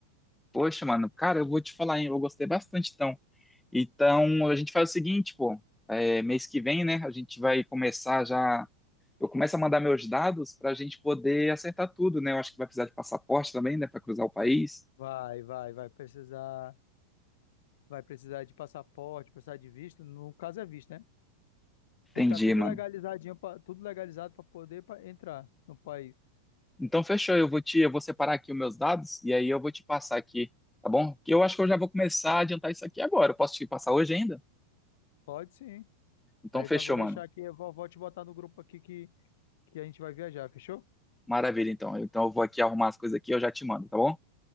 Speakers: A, in the centre; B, on the left (about 55°).
A: Poxa, mano, cara, eu vou te falar, hein? Eu gostei bastante, então. Então, a gente faz o seguinte, pô. é, mês que vem, né? A gente vai começar já. Eu começo a mandar meus dados para a gente poder acertar tudo, né? Eu acho que vai precisar de passaporte também, né? Para cruzar o país.
B: Vai, vai, vai precisar, vai precisar de passaporte, precisar de visto. No caso é visto, né?
A: Entendi,
B: Tem que estar tudo
A: mano.
B: legalizadinho, pra- tudo legalizado para poder pa- entrar no país.
A: Então, fechou. Eu vou te, eu vou separar aqui os meus dados e aí eu vou te passar aqui, tá bom? Que eu acho que eu já vou começar a adiantar isso aqui agora. Eu posso te passar hoje ainda?
B: Pode sim.
A: Então,
B: Aí
A: fechou,
B: eu já vou deixar
A: mano.
B: aqui, eu vou, vou te botar no grupo aqui que, que a gente vai viajar, fechou?
A: Maravilha, então. Então, eu vou aqui arrumar as coisas aqui e eu já te mando, tá bom?